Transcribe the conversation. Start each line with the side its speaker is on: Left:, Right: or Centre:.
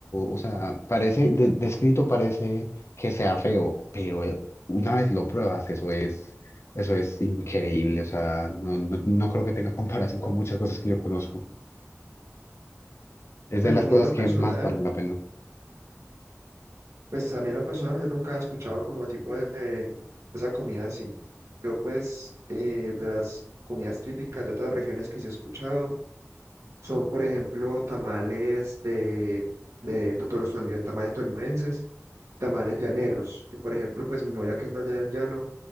Left: o sea, parece, de- descrito parece que sea feo, pero eh, una vez lo pruebas, eso es, eso es increíble, o sea, no, no, no creo que tenga <laughs> comparación con muchas cosas que yo conozco. Es
Right: Pues
Left: de las
Right: a mí
Left: cosas
Right: en lo
Left: que
Right: personal,
Left: más valen la pena.
Right: pues a mí en lo personal yo nunca he escuchado como tipo de, de esa comida así. Yo pues eh, de las comidas típicas de otras regiones que sí he escuchado. Son, por ejemplo, tamales de, de to- los tamales tolimenses, tamales llaneros, que por ejemplo, pues mi novia que es de allá del llano,